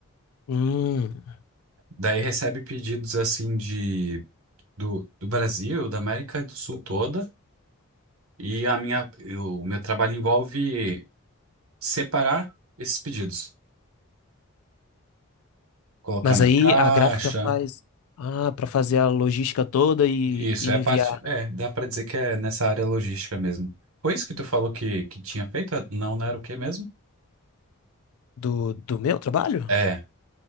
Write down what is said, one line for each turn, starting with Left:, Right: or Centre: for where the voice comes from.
Left: Hum.
Right: Daí recebe pedidos assim de, do, do Brasil, da América do Sul toda, e a minha, eu- o meu trabalho envolve separar esses pedidos, colocar
Left: Mas
Right: na
Left: aí
Right: caixa.
Left: a gráfica faz. Ah, pra fazer a logística toda e,
Right: Isso,
Left: e
Right: é a
Left: enviar
Right: parte, é, dá pra dizer que é nessa área logística mesmo. Foi isso que tu falou que, que tinha feito? Não, não era o quê mesmo?
Left: do, do meu trabalho?
Right: É.